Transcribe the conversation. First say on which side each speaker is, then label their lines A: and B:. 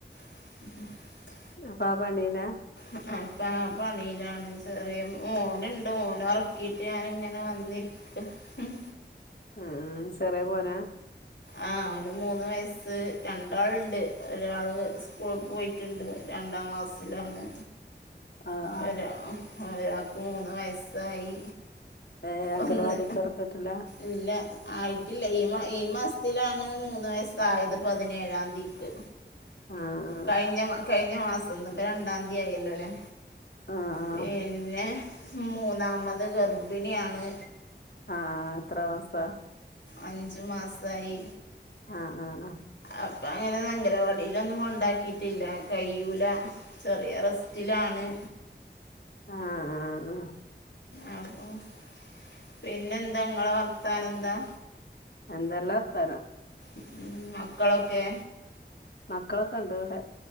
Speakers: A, on the left; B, on the left.
A: <unintelligible>
B: അപ്പൊ ആ പണീലാ
A: ഇപ്പൊ ആ പണിയിലാണ് ചെറിയ മോന്ണ്ട് മോനെ ഉറക്കിയിട്ട് ഞാാനിങ്ങനെ വന്നിരിക്ക ഉം
B: അ ആ ചെറിയ മോനാ
A: ആ അവന് മൂന്ന് വയസ്സ് രണ്ടാളുണ്ട് ഒരാള് സ്കൂളിൾക്ക് പോയി ണ്ട് രണ്ടാം ക്ലാസ്സിലാണ്
B: ആഹ് ആഹ്
A: ഒരാ ഒരാൾക്ക് മൂന്ന് വയസ്സായി
B: ഏഹ് അംഗലവാടിക്ക്
A: ഒന്ന്
B: ചേർത്തിട്ടില്ല
A: ഇല്ല ആയിട്ടില്ല ഈ ഈ മാസത്തിലാണ് മൂന്ന് വയസായത് പതിനേഴാം തീയ്ക്ക്
B: ആ ആ
A: കഴിഞ്ഞ കഴിഞ്ഞ മാസം ഇന്ന് ഇപ്പൊ രണ്ടാം തീയതിയല്ലോ അല്ലെ
B: ആഹ് ആഹ് ആഹ്
A: പിന്നെ മൂന്നാമത് ഗർഭിണിയാണ്
B: ആഹ് എത്ര മാസമാ
A: അഞ്ചു മാസയി
B: ആഹ് ആഹ് ആഹ്
A: അപ്പൊ അങ്ങനെ അംഗനവാടിയിലൊന്നും കൊണ്ടാക്കിട്ടില്ല കയ്യൂല ചെറിയ റെസ് ത്തിലാണ്
B: ആഹ് ആഹ് ആഹ് ആഹ്
A: ആ <unintelligible> പിന്നെന്താ നിങ്ങളെ വർത്താനം എന്താ
B: എന്തല്ലാ വർത്താന
A: ഉം മക്കളൊക്കെ
B: മക്കളൊക്കെ ഉണ്ട് ഇവിടെ